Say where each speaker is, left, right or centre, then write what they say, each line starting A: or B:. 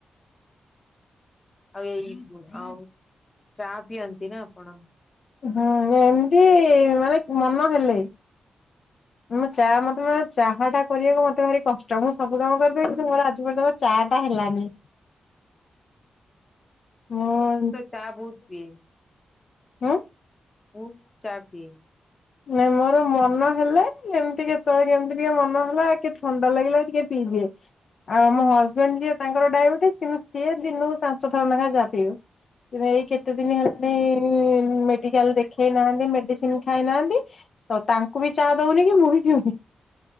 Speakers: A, on the left; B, on the left.
A: ଆଉ ଏଇ ଆଉ ଚା ପିଅନ୍ତି ନା ଆପଣ?
B: ହଁ ଏମିତି ମାନେ ମନ ହେଲେ। ମୁଁ ଚା ମତେ ମାନେ ଚାହାଟା କରିବାକୁ ମତେ ଭାରି କଷ୍ଟ, ମୁଁ ସବୁ କାମ କରିଦେବି କିନ୍ତୁ ମୋର ଆଜି ପର୍ଯ୍ୟନ୍ତ ଚା ଟା ହେଲାନି। ମୋର
A: ତ ଚା ବହୁତ ପିଏ।
B: ହୁଁ।
A: ମୁଁ ଚା ପିଏ।
B: ନାଇଁ ମୋର ମନ ହେଲେ ଏମତି କେତେବେଳେ କେମତି ଟିକେ ମନ ହେଲା କି ଥଣ୍ଡା ଲାଗିଲା ଟିକେ ପିଇ ଦିଏ। ଆଉ ମୋ ହଜବେଣ୍ଡ ଯିଏ ତାଙ୍କର ଡାଇବେଟିସ୍ କିନ୍ତୁ ସିଏ ଦିନୁକୁ ପାଞ୍ଚଥର ଲେଖା ଚା ପିଇବେ। କି ଭାଇ କେତେ ଦିନ ହେଲାଣି ମେଡିକାଲ ଦେଖେଇ ନାହାନ୍ତି ମେଡିସିନ ଖାଇ ନାହାନ୍ତି। ତ ତାଙ୍କୁ ବି ଚା ଦଉନି କି ମୁଁ ବି ପିଉନି।